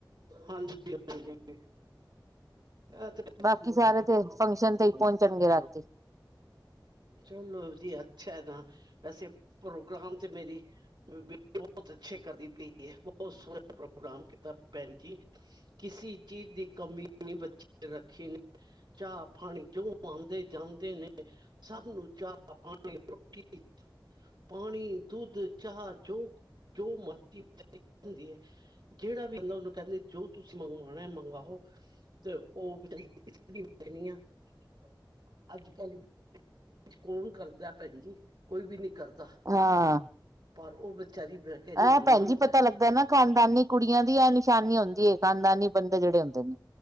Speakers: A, on the right; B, on the right.
A: ਹਾਂਜੀ ਹਾਂਜੀ ਇਹ ਤੇ
B: ਬਾਕੀ ਸਾਰੇ ਤੇ ਫੰਕਸ਼ਨ ਤੇ ਹੀ ਪਹੁੰਚਣਗੇ ਰਾਤੀ
A: ਚਲੋ ਜੀ ਅੱਛਾ ਹੈ ਨਾ ਵੈਸੇ ਪ੍ਰੋਗਰਾਮ ਚ ਮੇਰੀ ਬਹੁਤ ਅੱਛੇ ਕਰ ਦੀ ਪਈ ਹੈ ਬਹੁਤ ਸੋਹਣਾ ਪ੍ਰੋਗਰਾਮ ਕੀਤਾ ਭੈਣ ਜੀ। ਕਿਸੇ ਚੀਜ਼ ਦੀ ਕਮੀ ਨਹੀਂ ਬੱਚੇ ਰੱਖੀ ਨੇ ਚਾਹ ਪਾਣੀ ਚ ਓਹ ਆਂਦੇ ਜਾਂਦੇ ਨੇ ਸਭ ਨੂੰ ਚਾਹ ਪਾਣੀ ਰੋਟੀ ਪਾਣੀ ਦੁੱਧ ਚਾਹ ਜੋ ਜੋ ਮਰਜੀ ਜਾਂਦੀ ਹੈ ਜਿਹੜਾ ਵੀ ਆਂਦਾ ਉਹਨੂੰ ਕਹਿੰਦੇ ਜੋ ਤੁਸੀਂ ਮੰਗਵਾਣਾ ਏ ਮੰਗਵਾਓ ਤੇ ਉਹ <unintelligible> ਅੱਜ ਕੱਲ ਕੌਣ ਕਰਦਾ ਭੈਣ ਜੀ ਕੋਈ ਵੀ ਨੀ ਕਰਦਾ
B: <unintelligible>
A: <unintelligible>
B: ਐਹ ਭੈਣ ਜੀ
A: ਵਿਚਾਰ
B: ਪਤਾ ਲੱਗਾ ਨਾ ਖ਼ਾਨਦਾਨੀ ਕੁੜੀਆਂ ਦੀ ਆ ਨਿਸ਼ਾਨੀ ਹੁੰਦੀ ਏ ਖਾਨਦਾਨੀ ਬੰਦੇ ਜੇੜੇ ਹੁੰਦੇ ਨੇ।